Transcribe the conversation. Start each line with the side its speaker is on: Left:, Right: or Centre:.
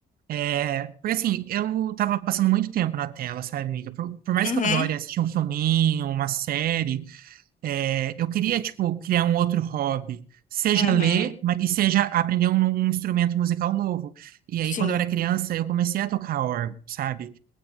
Right: É, porque, assim, eu tava passando muito tempo na tela, sabe, amiga? Por, por mais
Left: Uhum,
Right: que eu adore assistir um filminho, uma série, é, eu queria, tipo, criar um outro hobby, seja
Left: uhum,
Right: ler, mas e seja aprender um, um instrumento musical novo. E aí,
Left: sim.
Right: quando eu era criança, eu comecei a tocar órgão, sabe?